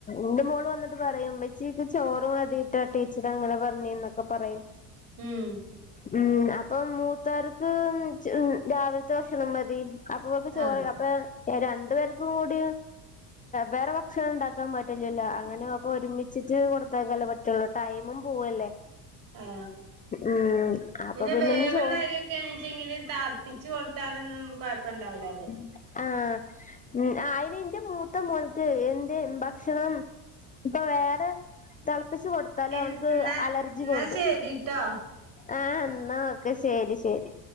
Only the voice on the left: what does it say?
ന്റെ മോള് വന്നിട്ട് പറയും ഇമ്മെ - ചച്ചിക്ക് ചോറ് മതിയിട്ടാ ടീച്ചർ അങ്ങനെ പറഞ്ഞ് നൊക്കെ പറയും
ഉം അപ്പം മൂത്താർക്ക് രാവിലത്തെ ഭഷണം മതി അപ്പൊ അവർക്ക് ചോറ
അപ്പൊ രണ്ടു പേർക്കും കൂടി- വേറെ ഭക്ഷണം ഉണ്ടാക്കാൻ പറ്റലല്ലോ അങ്ങനെ അപ്പൊ ഒരുമിച്ചിട്ട് കൊടുത്താക്കല്ലേ പറ്റുള്ളൂ ടൈം- പോവല്ലേ
ഉം അപ്പൊ
പിന്നെന്ന്
ചോറ്
ഉം ആഹ ആ അയിന് ന്റെ മൂത്ത മോന്ക് എന്തേ ഭക്ഷണം- ഇപ്പൊ വേറെ തളപ്പിച്ച് കൊടത്താലു
ഒന്ക്ക് അലർജി
പൊന്തും
ആഹ എന്നാ ഒക്കെ ശരി ശരി